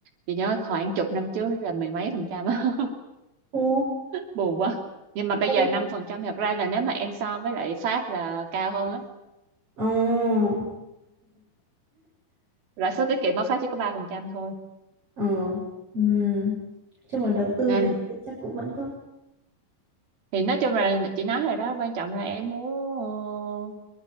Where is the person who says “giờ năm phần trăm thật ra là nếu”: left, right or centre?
Right